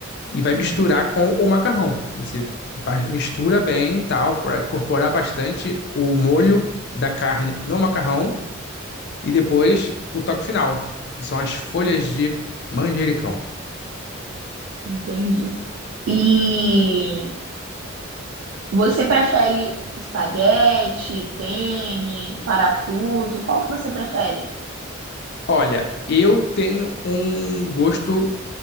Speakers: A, on the left (about 55°); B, on the right (about 60°).
A: e vai
B: Sim,
A: misturar com o macarrão. Você ba- mistura bem, e tal, para incorporar bastante o molho da carne no macarrão e depois o toque final, que são as folhas de manjericão.
B: entendi. E você prefere espaguete, penne, parafuso? Qual que você prefere?
A: Olha, eu tenho um gosto